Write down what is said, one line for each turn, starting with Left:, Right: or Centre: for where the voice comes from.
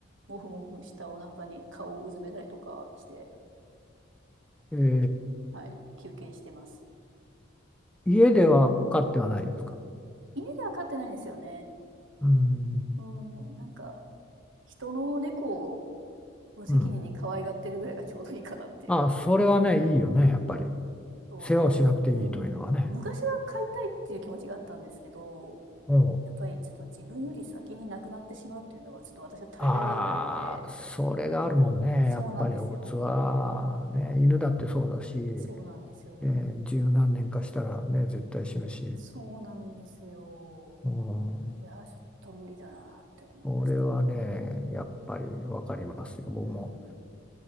Right: もふもふしたお腹に顔をうずめたりとかして、
Centre: え
Right: はい、休憩してます。
Centre: え、家では飼ってはないですか。
Right: 家では飼ってないんですよね。
Centre: うん、
Right: うん、なんか、人の猫を無責任に可愛がってるぐらいがちょうどいいかなっていう。
Centre: うん、ああ、それはね、いいよね、
Right: うん、
Centre: やっぱり。
Right: そう、
Centre: 世話をしなくていいというのはね。
Right: なんかむ、うん、昔は飼いたいっていう気持ちがあったんですけど、
Centre: おうん、
Right: やっぱりちょっと自分より先に亡くなってしまうっていうのはちょっと私は耐えられないので、
Centre: ああ、それがあるもんね、
Right: そうなんですよ。
Centre: やっぱり動物は、
Right: うん、
Centre: ね、犬だってそうだし、
Right: そうなんですよね。
Centre: ええ、十何年かしたらね、絶対死ぬし。
Right: そうなんですよ。
Centre: うん、
Right: いやー、ちょっと無理だなって思いましたね。
Centre: それはね、やっぱりわかりますよ、
Right: うん、うん、
Centre: 僕も。